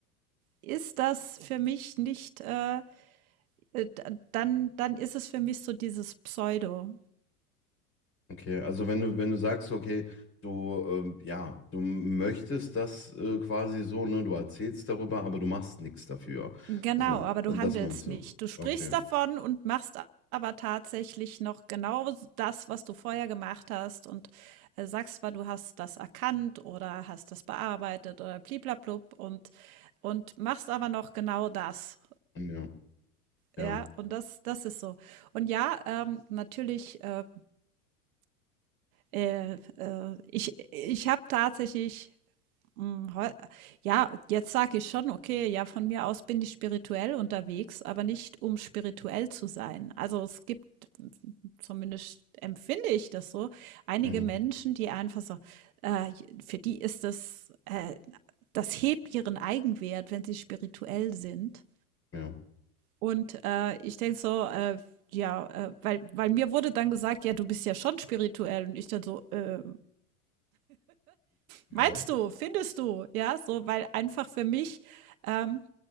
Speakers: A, on the right (about 70°); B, on the left (about 30°).
A: ist das für mich nicht, äh, äh, d dann dann ist es für mich so dieses Pseudo.
B: okay. Also wenn du, wenn du sagst, okay, du, ähm, ja, du möchtest das äh, quasi so, ne, du erzählst darüber, aber du machst nichts dafür.
A: Genau,
B: Das, äh,
A: aber du
B: das
A: handelst
B: meinst du?
A: nicht. Du sprichst
B: Okay.
A: davon und machst a aber tatsächlich noch genau s das, was du vorher gemacht hast und, äh, sagst zwar, du hast das erkannt oder hast das bearbeitet oder bli blub und und machst aber noch genau das,
B: Ja, ja.
A: ja? Und das das ist so. Und ja, ähm, natürlich, äh, äh, äh, ich ich habe tatsächlich Hm, heu ja, jetzt sage ich schon: „Okay, ja, von mir aus bin ich spirituell unterwegs, aber nicht, um spirituell zu sein.“ Also, es gibt zumindest empfinde ich das so, einige
B: Mhm.
A: Menschen, die einfach so äh, für die ist das äh, das hebt ihren Eigenwert, wenn sie spirituell sind.
B: Ja.
A: Und, äh, ich denke so, äh, ja, äh, weil weil mir wurde dann gesagt: „Ja, du bist ja schon spirituell.“ Und ich dann so: „Äh“
B: Ja.
A: Meinst du? Findest du? Ja, so, weil einfach für mich, ähm,